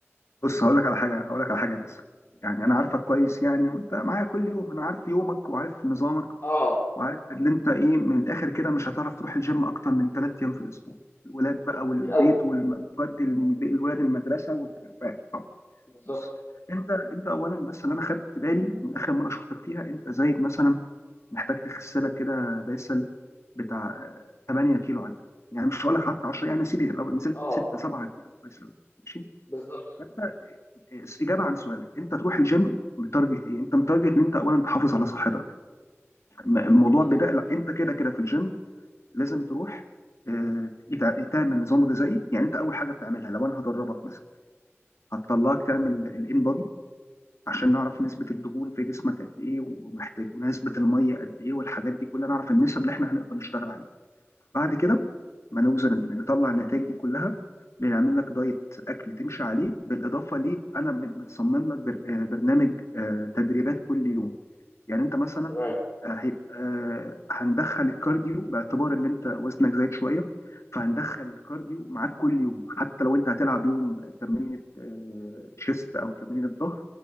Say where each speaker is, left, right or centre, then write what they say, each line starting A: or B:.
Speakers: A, on the left; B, on the left.
A: بص هقول لك على حاجه هقول لك على حاجه بس يعني انا عارفك كويس يعني وانت معايا كل يوم انا عارف يومك وعارف نظامك
B: اه
A: وعارف اللي انت ايه من الاخر كده مش هتعرف تروح الجيم اكتر من ثلاث ايام في الاسبوع الولاد بقى
B: كتير
A: والبيت
B: قوي
A: والجد الولاد المدرسه والحاجات فاهم. طب
B: بالظبط
A: بص انت انت اولا بس اللي انا خدت بالي من اخر مره شفتك فيها انت زايد مثلا محتاج تخس لك كده باسل بتاع آه، 8 كيلو على الاقل يعني مش هقول لك حتى 10 يعني سيبي لو نزلت
B: اه
A: 6 7 كيلو كويس قوي ماشي
B: بالظبط
A: فانت آه، اجابه عن سؤالك انت تروح الجيم متارجت ايه انت متارجت ان انت اولا تحافظ على صحتك م- الموضوع
B: مم.
A: بدأ لا انت كده كده في الجيم لازم تروح آه، يتع- تعمل نظام غذائي يعني انت اول حاجه بتعملها لو انا هدربك مثلا هتطلعك تعمل الان بودي عشان نعرف نسبه الدهون في جسمك قد ايه ومحتاج ونسبه الميه قد ايه والحاجات دي كلها نعرف النسب اللي احنا هنقدر نشتغل عليها بعد كده ما نوزن إن نطلع النتائج دي كلها بنعمل لك دايت اكل تمشي عليه بالاضافه ليه انا بن- بنصمم لك بر- آه، برنامج آه، تدريبات كل يوم يعني انت مثلا
B: تمام
A: آه، هيبقى آه، هندخل الكارديو باعتبار ان انت وزنك زايد شويه فهندخل الكارديو معاك كل يوم حتى لو انت هتلعب يوم تمرين آه، شيست او تمرين الظهر